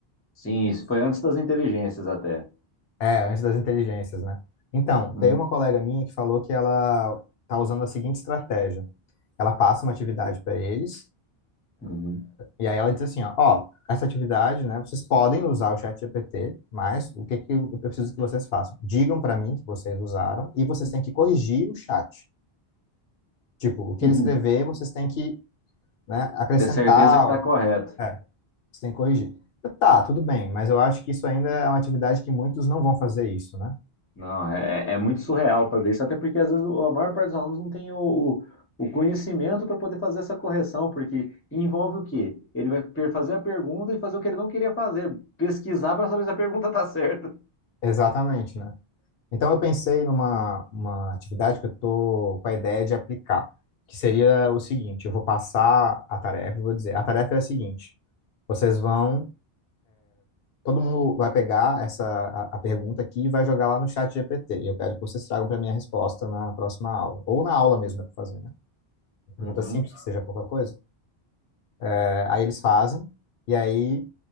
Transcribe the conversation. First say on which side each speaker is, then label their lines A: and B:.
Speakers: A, on the left (about 15°); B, on the left (about 70°).
A: Sim, isso foi antes das inteligências até.
B: É, antes das inteligências, né? Então,
A: Hum,
B: tem uma colega minha que falou que ela tá usando a seguinte estratégia. Ela passa uma atividade para eles,
A: uhum.
B: e aí ela diz assim, ó, ó, essa atividade, né, vocês podem usar o chat GPT, mas o que que eu eu preciso que vocês façam? Digam para mim que vocês usaram e vocês têm que corrigir o chat. Tipo, o que
A: <laughs>
B: ele escrever, vocês têm que, né, acrescentar,
A: Ter certeza que está correto.
B: é, vocês têm que corrigir. Eu, Tá, tudo bem, mas eu acho que isso ainda é uma atividade que muitos não vão fazer isso, né?
A: Não, é, é é muito surreal para ver isso, até porque às vezes o- a maior parte dos alunos não tem o, o, o conhecimento para poder fazer essa correção, porque envolve o quê? Ele vai per- fazer a pergunta e fazer o que ele não queria fazer, pesquisar para saber se a pergunta está certa.
B: Exatamente, né? Então, eu pensei numa uma atividade que eu estou com a ideia de aplicar, que seria o seguinte: eu vou passar a tarefa, eu vou dizer, a tarefa é a seguinte: vocês vão, todo mundo vai pegar essa a, a pergunta aqui e vai jogar lá no chat GPT. Eu quero que vocês tragam para mim a resposta na próxima aula, ou na aula mesmo dá para fazer, né? Pergunta
A: Uhum.
B: simples que seja pouca coisa. É, aí eles fazem e aí